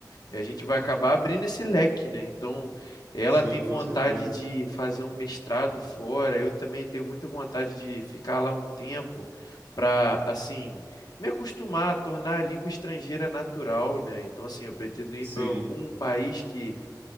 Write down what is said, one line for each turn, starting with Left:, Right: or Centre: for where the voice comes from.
Left: a gente vai acabar abrindo esse leque, né? Então. Ela
Right: Sim,
Left: tem vontade
Right: com certeza.
Left: de fazer um mestrado fora. Eu também tenho muita vontade de ficar lá um tempo para, assim, me acostumar a tornar a língua estrangeira natural, né? Então, assim, eu pretendo ir
Right: Sim.
Left: para algum país que